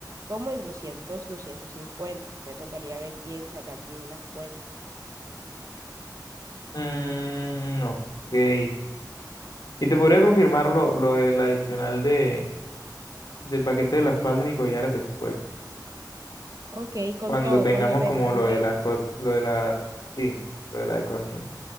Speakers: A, on the right; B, on the left.
A: como en doscientos doscientos cincuenta Me tocaría ver bien, sacar bien unas cuentas.
B: Mm, ok. Y te podría confirmar lo, lo del adicional de, del paquete de las faldas y collares después,
A: Ok, con
B: cuando
A: todo,
B: tengamos
A: cuando te
B: como
A: mande,
B: lo de las, co- lo de las, sí, lo de la decoración.